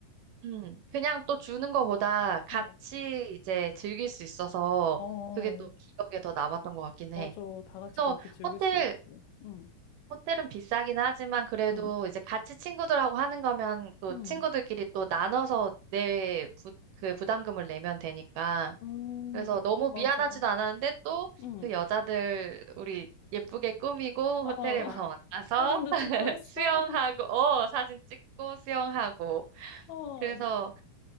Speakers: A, on the right (about 70°); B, on the left (about 80°).
A: 음, 그냥 또 주는 거보다 같이
B: 어,
A: 이제 즐길 수 있어서
B: 어,
A: 그게 또
B: 어.
A: 기억에 더 남았던 것 같긴
B: 맞아.
A: 해.
B: 다 같이
A: 그래서
B: 그렇게 즐길
A: 호텔
B: 수 있고. 응,
A: 호텔은 비싸긴 하지만 그래도
B: 응,
A: 이제 같이 친구들하고 하는 거면 또
B: 응.
A: 친구들끼리 또 나눠서 내 부, 그 부담금을 내면 되니까.
B: 음,
A: 그래서 너무
B: 맞아.
A: 미안하지도 않았는데 또
B: 응.
A: 그 여자들 우리 예쁘게 꾸미고
B: 어,
A: 호텔에
B: <laughs>
A: 가서 만나서
B: 사진도
A: <laughs>
B: 찍고 했어?
A: 수영하고,
B: <laughs>
A: 어, 사진 찍고 수영하고.
B: 어,
A: 그래서
B: 너-